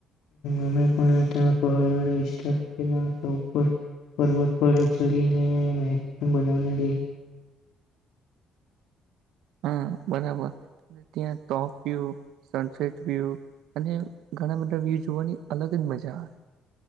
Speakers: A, on the left; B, on the right.
A: અમે પણ ત્યાં પહાડ વાળા વિસ્તાર હતાર પર્વત પર ચડીને બનાવ ર
B: હ બરાબર ત્યાં ટોપ વ્યુ સનસેટ વ્યૂ અને ઘણા બધા વ્યૂ જોવાની અલગ જ મજા આવે